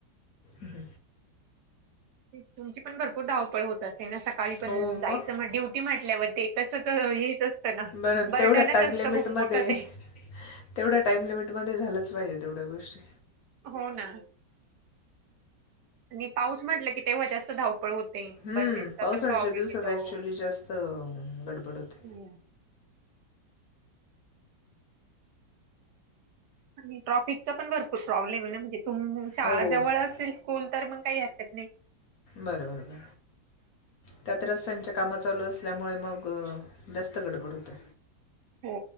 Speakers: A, on the left (about 60°); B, on the right (about 70°).
A: ह.
B: तुमची पण भरपूर धावपळ होत असेल ना. सकाळी पण
A: हो मग
B: जायचं म ड्युटी म्हटल्यावर ते तसंच हेच असतं ना.
A: बरं
B: बर्डनच
A: तेवढ्या टाईम
B: असतं
A: लिमिटमध्ये
B: खूप मोठं ते.
A: तेवढ्या टाइम लिमिटमध्ये झालंच पाहिजे तेवढ्या गोष्टी.
B: हो ना. आणि पाऊस म्हटलं की तेव्हा जास्त धावपळ हो ते
A: हं,
B: बसेसचा
A: पावसाळ्याच्या
B: पण प्रॉब्लेम
A: दिवसात
B: येतो.
A: ॲक्च्युली जास्त गडबड होते
B: ह. आणि ट्रॉफिकचा पण भरपूर प्रॉब्लेम आहे म्हणजे तुम शाळा
A: हो
B: जवळ
A: बरं
B: असेल स्कूल तर मग कत नाही.
A: बरबर बर. त्यात रस्त्यांच्या कामं चालू असल्यामुळे मग जास्त गडबड होते
B: हो